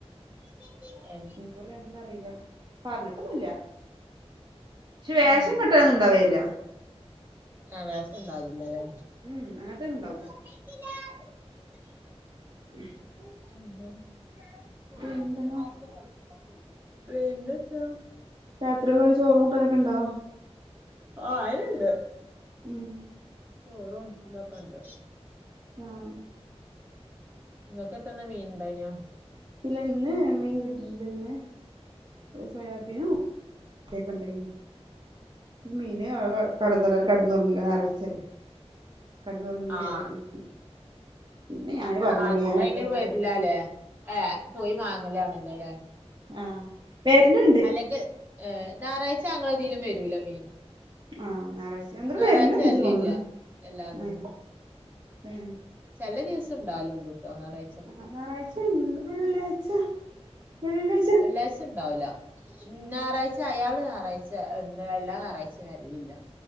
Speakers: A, on the right; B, on the right.
A: <inaudible>
B: <unintelligible> എന്തറില്ല പറഞ്ഞിട്ടൊന്നുല്ല ശേഷം
A: ഏ
B: ക ന്നുണ്ടാവേല്ല.
A: എ വേഷം ണ്ടാവല്യലെ?
B: മ് അങ്ങത്തെണ്ടാവും.
A: <unintelligible>
B: <unintelligible>
A: <unintelligible>
B: പിന്നെന്തിനാ
A: പിന്നെന്താ?
B: രാത്രി വേണ്ട ചോറു കൂട്ടാന്നൊക്കെ ണ്ടോ?
A: ഓഹ് അയിന്ണ്ട്
B: ഉം
A: ചോറും തോക്കെണ്ട്.
B: ആഹ്
A: ങ്ങക്കെ ത്തന്ന് മീൻ ണ്ടായിനോ?
B: ഇല്ലന്ന് മീൻകിട്ടില്ലന്ന് സോയാബീനും കെ കേ ണ്ടേയ് നു മീനു ആ കടന്നൊറ കെടന്നോറങ്ങാ ഞാറായ്ച്ചല്ലേ. കെടന്നൊറങ്ങി നേരെ
A: ആ
B: എണീറ്റ്. പിന്നെ ഞാന് പർണോലെ
A: ആ ഇങ്ങള്
B: ഞാൻ ഒറ്റ
A: അയിന്
B: കുല്ലേ
A: വരില്ലാല്ലേ ഏ പോയി മാങ്ങലാണല്ലോ ലെ?
B: ആഹ് വേര്ന്
A: അല്ലെങ്ക് ഏഹ് ഞായറാഴ്ച ങ്ങളതിലും വെരൂല മീന്
B: ആഹ ഞായറാഴ്ച <unintelligible>
A: ഞായറാഴ്ച
B: വരില്ണ്ട്
A: വരലില്ല
B: തോന്ന്ണ്
A: എല്ലാതൊന്നും
B: ആ ഏ
A: ചെല ദിവസം ണ്ടാവാലുണ്ട് ട്ടോ ഞാറാ
B: അ ഞായറാഴ്ചണ്ട് വെള്ളിയാഴ്ച വെള്ളി
A: വെള്ളിയാഴ്ച ണ്ടാവുല ഞായറാഴ് ച് അയാള് ഞാറായ്ച്ച എന്ത എല്ലാ ഞായറാഴ്ചിമ് വെര്ലില്ല